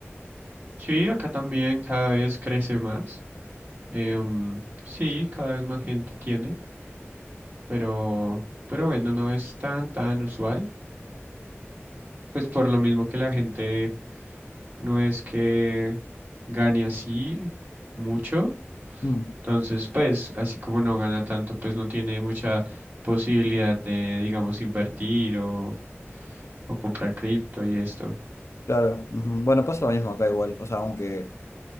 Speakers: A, on the right; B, on the left.
A: Sí, acá también cada vez crece más. Em, sí, cada vez más gente tiene. pero, pero bueno, no es tan, tan usual, pues por lo mismo que la gente no es que gane así mucho,
B: Mm,
A: entonces pues así como no gana tanto, pues no tiene mucha posibilidad de, digamos, invertir o, o comprar cripto y esto.
B: claro, ujú. Bueno, pasa lo mismo acá igual, o sea, aunque